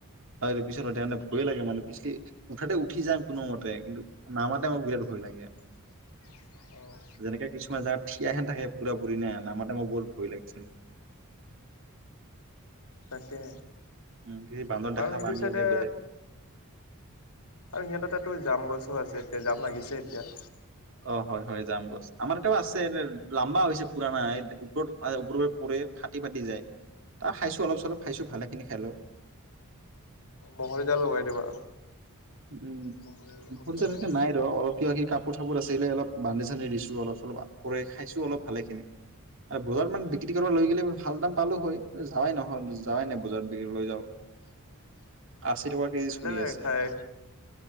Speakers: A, on the right; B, on the left.
A: হয় পিছতাৰ মানে ভয়ে লাগে মানে পিছলি উঠাতে উঠি যাম কোনো মতে কিন্তু নামাতে মোক বিৰাট ভয় লাগে
B: <unintelligible> অ',
A: যেনেকাে কিছুমান যাৰ থিয়হেন থাকে পুৰা পুৰি নে নামাতে মই বহুত ভয় লাগিছিল
B: তাকে।
A: উম, কি বান্দৰ
B: আৰু
A: দেখা
B: সেইটো
A: পাাম
B: চাইডে
A: গ বেলেগ।
B: আৰু সিহঁত এ তাতো জাম গছো আছে এতিয়া জাম লাগিছে এতিয়া।
A: অ' হয় হয় যাম গছ আমাৰ এটাও আছে লাম্বা হৈছে পুৰণা এই ওপৰত ওপৰ পৰি ফাটি- ফাটি যায় তাৰ খাইছো অলপ চলপ খাইছো ভালে খিনি খালোঁ।
B: ম'হৰি জাল লগাই দিবা।
A: উম
B: মহৰি মচৰি
A: স এনেে
B: জাল
A: নাই ৰ অলপ ক সি <inaudible> কাপোৰ - চাপোৰ আছিলে অলপ বান্ধি চানি দিছো অলপ - চলপ আপৰে খাইছো অলপ ভালে খিনি। আৰু বজাৰত মান বিক্ৰী কৰিব লৈ গিললে ভাল দাম পালো হয় কিন্তু যাৱাই নহয় যাৱাই নাই বজাৰত বিক্ৰী লৈ যাব।
B: <inaudible>
A: আশী টকা কেজি
B: ভালে
A: চলি
B: লাগে
A: আছে
B: খাই
A: এনে।